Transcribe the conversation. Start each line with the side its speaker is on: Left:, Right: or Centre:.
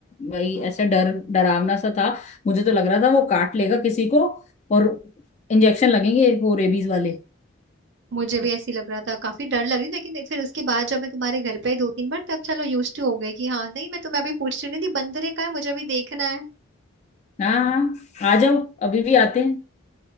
Left: भाई ऐसे डर डरावना सा था मुझे तो लग रहा था वो काट लेगा किसी को और इंजेक्शन लगेंगे वो रेबीज वाले
Right: मुझे भी ऐसी लग रहा था काफी डर लग रही थी लेकिन फिर उसके बाद जब मैं तुम्हारे घर पे आई दो तीन बार तब चलो यूज टू हो गई कि हाँ नहीं मैं तुम्हें अभी पूछ रही नहीं थी बंदर है का है मुझे अभी देखना है
Left: हाँ हाँ आ जाओ अभी भी आते हैं